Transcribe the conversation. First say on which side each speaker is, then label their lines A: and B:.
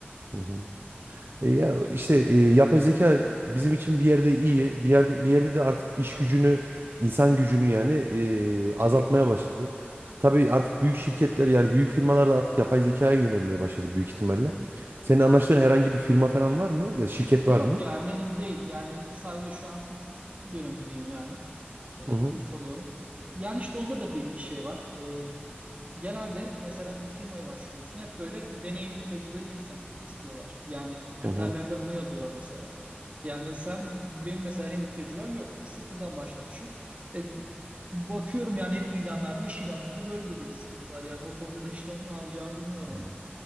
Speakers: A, on the right (about 65°); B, on the right (about 35°).
A: hı hı. E ya işte e, yapay zeka bizim için bir yerde iyi, bir yerde bir yerde de artık iş gücünü, insan gücünü yani e, azaltmaya başladı. Tabii artık büyük şirketler yani büyük firmalar da artık yapay zekaya yönelmeye başladı büyük ihtimalle. Senin anlaştığın herhangi bir firma falan var mı? Ya şirket
B: Yok
A: var mı?
B: ya henüz değil. Yani sadece şu an kurs dönemindeyim yani. Ee,
A: Hı hı.
B: kurs alıyorum. Yani işte onda da bir şey var. Ee, genelde mesela bir firmaya başlıyorsun. Hep böyle deneyimli, tecrübeli insan istiyorlar. Yani kriterlerinde
A: Hı hı.
B: bunu yazıyorlar mesela. Yani sen benim mesela henüz tecrübem yok. Sıfırdan başlamışım. E, bakıyorum yani hep ilanlarda, iş ilanlarında böyle de bir sıkıntı var. Yani o konuda da işte ne yapacağımı bilmiyorum
A: hı.
B: hani.